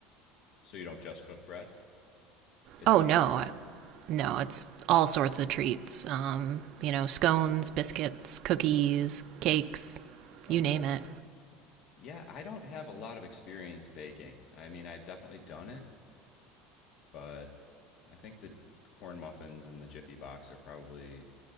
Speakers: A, on the left; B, on the right.
A: so you don't just cook bread? It's
B: Oh
A: not
B: no,
A: just bread, no.
B: no, it's all sorts of treats. Um, you know, scones, biscuits, cookies, cakes,
A: Oh,
B: you
A: cool.
B: name it.
A: Yeah, I don't have a lot of experience baking. I mean, I've definitely done it, but I think the corn muffins and the Jiffy box are probably